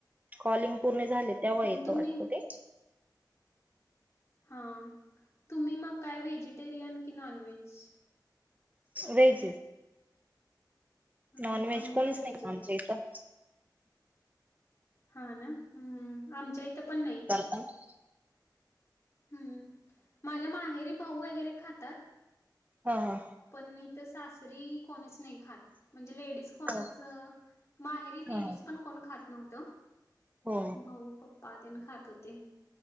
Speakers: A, on the right; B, on the left.
A: कॉलिंग पूर्ण झाले तेव्हा
B: मग
A: येत
B: तुम्ही
A: वाटतं ते
B: हां तुम्ही मग काय व्हेजिटेरियन की नॉन व्हेज
A: वेज
B: हां
A: नॉन व्हेज
B: आम्ही
A: कोणीच
B: पण व्हेजच
A: नाही कामच्या इथं.
B: हा नाम् आमच्या इथं पण नाही.
A: ह.
B: हम्म माझ्या माहेरी भाऊ वगैरे खातात.
A: हा हा
B: पण इथं सासरी कोणीच नाही खात म्हणजे लेडीज कोणाच
A: हो
B: माहेरी लेडीज
A: ह
B: पण कोण खात नव्हतं
A: हो
B: भाऊ पप् पा खात होते